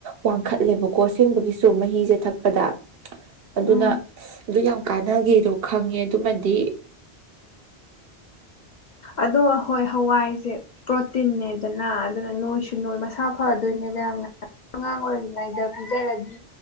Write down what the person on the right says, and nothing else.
ꯋꯥꯡꯈꯠꯂꯦꯕꯀꯣ ꯀꯣꯠꯁꯦꯡꯕꯒꯤꯁꯨ ꯃꯍꯤꯁꯦ ꯊꯛꯄꯗ ꯑꯗꯨꯅ
ꯑꯗꯨ ꯌꯥꯝ ꯀꯥꯟꯅꯒꯦꯗꯣ ꯈꯪꯉꯦ ꯑꯗꯨꯃꯗꯤ